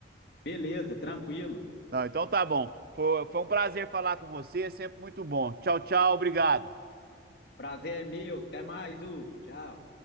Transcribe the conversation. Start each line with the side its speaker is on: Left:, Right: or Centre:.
Left: Beleza, tranquilo.
Right: Não, então tá bom. Foi, foi um prazer falar com você, sempre muito bom. Tchau, tchau, obrigado.
Left: Prazer é meu. Até mais, Hugo. Tchau.